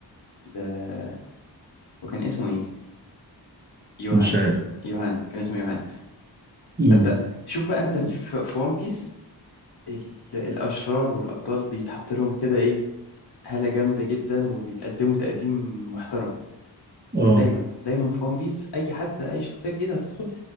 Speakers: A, on the left (about 65°); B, on the right (about 25°).
A: ل... وكان اسمه ايه يوهان
B: مش عارف
A: يوهان كان اسمه يوهان
B: أمم،
A: فانت شوف بقى انت في, في ون بيس ال... الاشرار والابطال بيتحط لهم كده ايه هالة جامدة جدا وبيتقدموا تقديم محترم
B: اه
A: دايما دايما في ون بيس اي حد اي شخصية جديدة هتدخل